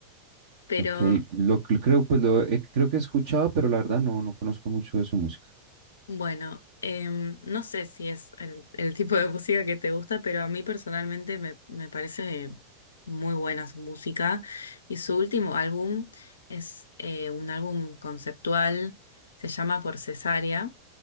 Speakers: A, on the left (about 70°); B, on the right (about 55°).
A: pero
B: Ok, lo, que creo, pues lo, he- creo que he escuchado, pero la verdad no, no conozco mucho de su música.
A: Bueno, em, no sé si es el, el tipo de música que te gusta, pero a mí personalmente me, me parece muy buena su música. Y su último álbum es eh, un álbum conceptual, se llama Por Cesárea,